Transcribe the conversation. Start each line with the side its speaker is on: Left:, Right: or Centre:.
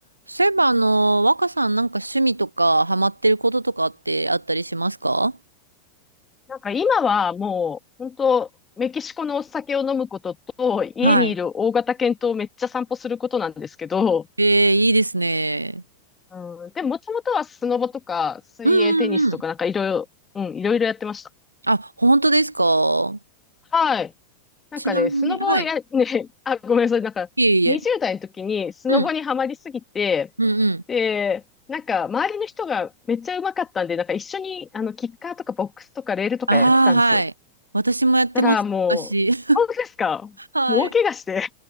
Right: そういえば、あの、若さんなんか趣味とかハマってることとかってあったりしますか
Left: なんか今はもう本当メキシコのお酒を飲むことと家にいる大型犬とめっちゃ散歩することなんですけど、
Right: はい。ええいいですね。
Left: うん、でももともとはスノボとか水泳テニスとかなんかいろいろ、
Right: うんうんうん。
Left: うん、いろいろやってました。
Right: あ、本当ですか
Left: はい。なんかね、
Right: ちなみに、
Left: スノボをや、
Right: はい。
Left: ね、あ、ごめんなさい。なんか20代の時にスノボにはまりすぎて、
Right: いえいえ。うん。うんうん。
Left: で、なんか周りの人がめっちゃ上手かったんで、なんか一緒にあのキッカーとかボックスとかレールとかやってたんですよ。
Right: ああ、はい。私もやってました、
Left: たらもう、
Right: 昔。
Left: 本当ですかもう大怪我して
Right: <laughs> はい。